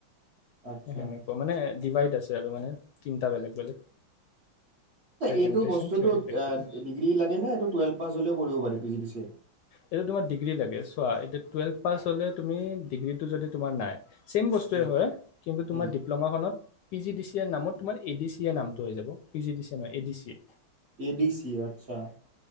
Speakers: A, on the right (about 40°); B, on the left (about 70°).
A: আচ্ছা
B: সেনেকুৱা মানে ডিভাইড আছে আৰু মানে তিনিটা বেলেগ বেলেগ প্ৰেজেণ্টেশ্যন
A: এইটো বস্তুতটো
B: থিয়ৰী প্ৰেক্টিকেল
A: ডিগ্ৰী লাগে ন এইটো টুৱেলভ পাছ হ'লেও কৰিব পাৰি P D D C A
B: এইটো তোমাৰ ডিগ্ৰী লাগে চোৱা এইটো টুৱেলভ পাছ হ'লে তুমি ডিগ্ৰীটো যদি তোমাৰ নাই চছেম বস্তুুৱে
A: উম,
B: হয় কিন্তু তোমাৰ
A: উম,
B: ডিপ্ল'মা খনত পি জি ডি চি নামত তোমাৰ এ ডি চি এৰ নামটো হৈ যাব পি জি ডি চি নহয় A D C
A: A D C আচ্ছা